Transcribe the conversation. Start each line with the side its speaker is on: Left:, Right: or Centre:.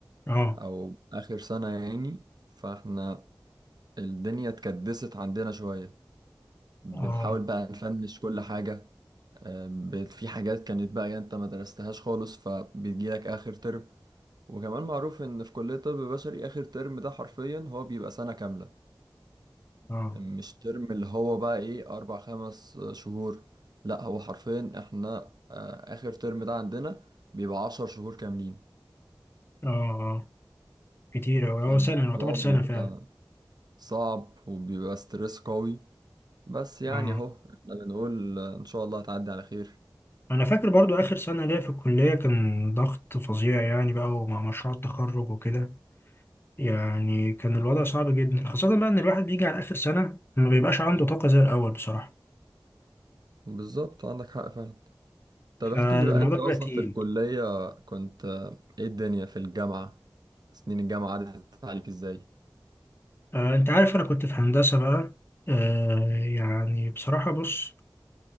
Left: اه
Right: او اخر سنة يعني فاحنا الدنيا اتكدست عندنا شوية بنحاول
Left: اه
Right: بقى نفنش كل حاجة بقت في حاجات كانت بقى يعني انت ما درستهاش خالص فبتجيلك اخر ترم وكمان معروف ان في كلية طب بشري اخر ترم ده حرفيا هو بيبقى سنة كاملة
Left: اه
Right: مش ترم اللي هو بقى ايه اربع خمس شهور لا هو حرفيا احنا آه، اخر ترم ده عندنا بيبقى عشر شهور كاملين
Left: اه اه كتير اوي
Right: فالموضوع
Left: هو سنه يعتبر سنه
Right: بيبقى
Left: فعلا
Right: صعب وبيبقى ستريس قوي بس يعني
Left: اه
Right: اهو احنا بنقول آه، ان شاء الله هتعدي على خير
Left: انا فاكر برضو اخر سنه ليا في الكليه كان ضغط فظيع يعني بقى ومع مشروع التخرج وكده يعني كان الوضع صعب جدا خاصة بقى إن الواحد بيجي على آخر سنة ما بيبقاش عنده طاقة زي الأول بصراحة
Right: وبالظبط عندك حق فعلا طب
Left: فالموضوع
Right: احكي لي بقى انت
Left: بيبقى
Right: اصلا
Left: تقيل
Right: في الكلية كنت آه، ايه الدنيا في الجامعة سنين الجامعة عدت عليك ازاي
Left: آه، أنت عارف أنا كنت في هندسة بقى آه، يعني بصراحة بص